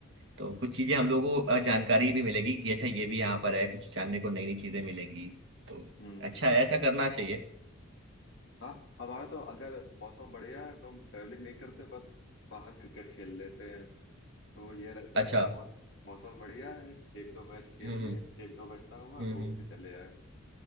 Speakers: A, on the right; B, on the left.
A: तो कुछ चीजें हम लोगों को अ, जानकारी भी मिलेगी कि अच्छा ये भी यहाँ पर है कुछ जानने को नई नई चीजें मिलेंगी तो
B: हम्म
A: अच्छा है ऐसा करना चाहिए
B: हाँ हमारा तो अगर मौसम बढ़िया है तो हम ट्रेवलिंग नहीं करते बस बाहर क्रिकेट खेल लेते हैं तो ये रहता
A: अच्छा
B: है कि हाँ, मौ, मौसम बढ़िया है एक दो मैच खेल
A: हम्म हम्म
B: लिए एक दो घंटा हुआ
A: हम्म
B: घूम
A: हम्म।
B: के चले आए